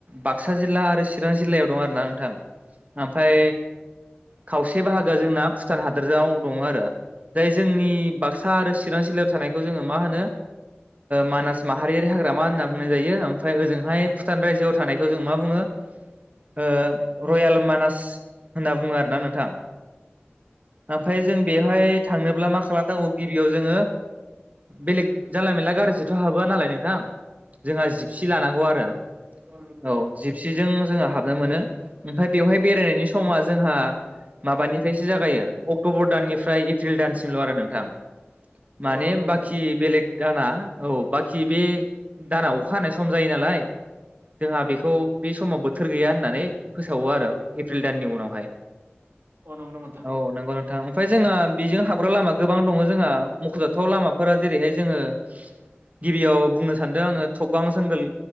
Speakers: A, on the right (about 40°); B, on the right (about 65°).
A: बाक्सा जिल्ला आरो चिरां जिल्लायाव दं आरोना नोंथां। ओमफाय खावसे बाहागोआ जोंना भुटान हादोराव दङ आरो जाय जोंनि बाक्सा आरो चिरां जिल्लायाव थानायखौ जोङो मा होनो मानास माहारियारि हाग्रामा होनना बुंनाय जायो। ओमफ्राय ओजोंहाय भुटान रायजोआव थानायखौ जों मा बुङो ओ रयल मानास होनना बुङो आरोना नोंथां। ओमफ्राय जों बेवहाय थांनोब्ला मा खालामनांगौ गिबियाव जोङो बेलेग जानला मेनला गारिजोंथ' हाबहोआ नालाय नोंथां? जोंहा जिपसि लानांगौ आरो औ जिपसिजों जोङो हाब नो मोनो। ओमफ्राय बेवहाय बेरायनायनि समा जोंहा माबानिफ्रायसो जागायो अक्ट'बर दाननिफ्राय एप्रिल दानसिमल' आरो नोंथां माने
B: अ नंगौ नामा
A: बाखि
B: नोंथां
A: बेलेग दाना औ बाखि बे दाना अखा हानाय सम जायो। नालाय जोंहा बेखौ बे समाव बोथोर गैया होननानै फो सावो आरो एप्रिल दाननि उनावहाय।
B: अ नंगौ नामा नोंथां
A: औ नंगौ नोंथां ओमफ्राय जोंहा बेजों हाबग्रा लामा गोबां दङ जोंहा मख'जाथाव लामाफोरा जेरैहाय जोङो गिबियाव बुंनो आङो थबगां जोंगोल